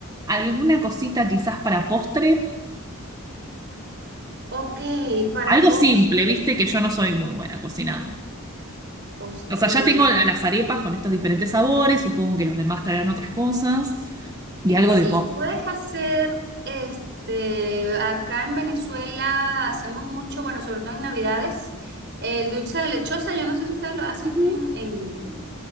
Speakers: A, on the right; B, on the right.
A: alguna cosita quizás para postre?
B: Ok, para
A: Algo
B: postre,
A: simple, viste que yo no soy muy buena cocinando.
B: postre
A: O sea, ya
B: venezolano.
A: tengo la- las arepas con estos diferentes sabores, supongo que los demás traerán otras cosas, y algo
B: Sí,
A: de postre.
B: puedes hacer, este, acá en Venezuela hacemos mucho, bueno, sobre todo en Navidades, el dulce de lechosa, yo no sé si ustedes lo hacen
A: Ujú.
B: en, en-